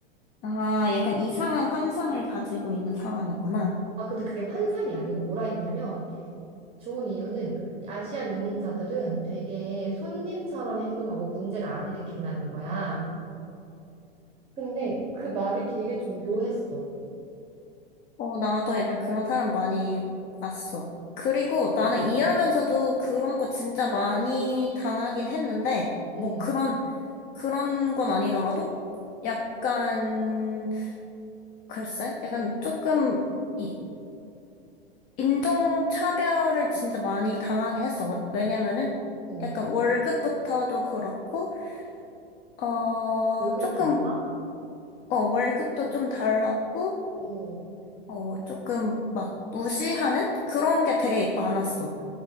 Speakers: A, on the left; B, on the right.
A: 아, 약간 이상한 환상을 가지고 있는 사람이구나.
B: 아 근데 그게 환상이 아니고 뭐라 했냐면 좋은 이유는 아시안 이민자들은 되게 손님처럼 행동하고 문제를 안 일으킨다는 거야. 근데 그 말이 되게 좀 묘했어.
A: 어, 나도 약간 그런 사람 많이 봤어. 그리고 나는 일하면서도 그런 거 진짜 많이 당하긴 했는데, 뭐
B: 음,
A: 그런 그런 건 아니더라도 약간 글쎄 약간 조금 이 인종차별을 진짜 많이 당하긴 했어. 왜- 왜냐면은
B: 어.
A: 약간 월급부터도 그렇고 어
B: 월급이
A: 조금
B: 달라?
A: 어 월급도
B: 어,
A: 좀 달랐고
B: 어,
A: 어 조금 막 무시하는 그런 게 되게 많았어.